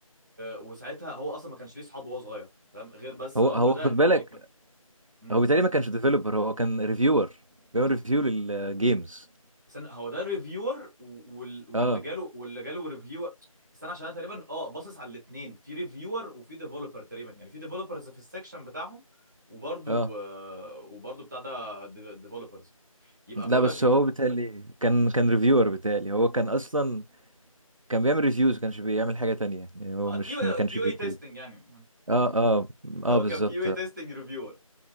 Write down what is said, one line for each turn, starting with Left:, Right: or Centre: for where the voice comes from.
Centre: وساعتها هو اصلا ما كانش ليه صحاب وهو صغير تمام غير بس
Right: هو
Centre: لامب
Right: هو
Centre: ده
Right: خد بالك
Centre: اللي كان مم.
Right: هو بالتالي ما كانش ديفيلوبر هو كان ريفيور بيعمل ريفيو للجيمز
Centre: استنى هو ده الريفيور وال... واللي
Right: اه
Centre: جاله واللي جاله ريفيور استنى عشان انا تقريبا اه باصص على الاثنين في ريفيور وفي ديفلوبر تقريبا يعني في ديفلوبرز في السكشن بتاعهم وبرضو
Right: اه
Centre: آه، وبرضو بتاع ده ديفلوبرز يبقى
Right: لا
Centre: كولن
Right: بس هو بالتالي كان كان ريفيور بالتالي هو كان اصلا كان بيعمل ريفيوز ما كانش بيعمل حاجة تانية يعني هو مش
Centre: كيو
Right: ما كانش
Centre: كيو
Right: بيكون
Centre: اي تيستنج يعني
Right: اه اه
Centre: <laughs>
Right: اه
Centre: هو
Right: بالظبط
Centre: كيو اي تيستنج ريفيور